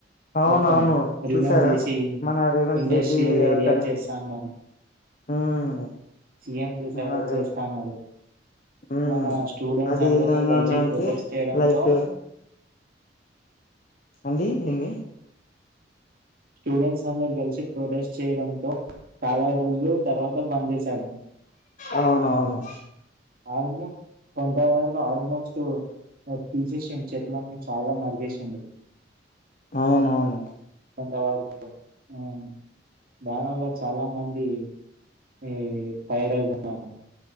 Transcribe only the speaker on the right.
మొత్తం
రిమూవ్ చేసి
ఇండస్ట్రియల్
ఏరియా
చేస్తాన్నా
సీఎం స
చేస్తాన్నాడు
మన స్టూడెంట్స్
అందరూ
కలిసి ప్రొటెస్ట్ చేయడంతో
స్టూడెంట్స్ అందరు కలిసి ప్రొటెస్ట్ చేయడంతో చాలా రోజులు తర్వాత బంద్ చేశాడు
ఆల్మోస్ట్ కొంతా వ ఆల్మోస్ట్ తీసేం చె పట్లని చాలా మరగవేసిండు
ఇంతవరకు హు దాని వల్ల చాలా మంది ఈ ఫైర్ అవుతున్నారు